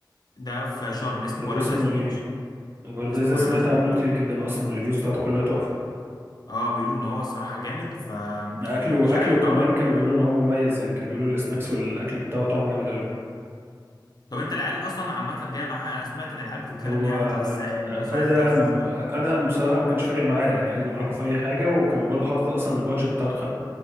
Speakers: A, on the left; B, on the right.
A: ده في شرم اسمه
B: طب
A: بارادايس
B: اسمه
A: بيتش
B: ايه البارادايس
A: اسمه
B: ده
A: بارادايس
B: سمعت
A: بيتش
B: عنه كتير جدا اصلا الريفيوز بتاعته كلها تحفة
A: اه بيقولوا ان هو الصراحه جامد ف
B: اكله
A: مش عارف
B: اكله كمان
A: انا انا
B: كانوا بيقولوا ان هو مميز يعني كانوا بيقولوا السناكس والاكل بتاعه طعمه جامد قوي
A: طب انت العيال اصلا عامه جايه معاها انا سمعت ان العيال بتتكلم
B: هو
A: ان هي عايزه تطلع الساحل
B: ادهم
A: والناس عايزه تطلع السخنه
B: ادهم بصراحة ما كانش فارق معايا يعني قال لي انا معاكم في اي حاجة وكان برضه حاطط اصلا البادجت بتاعته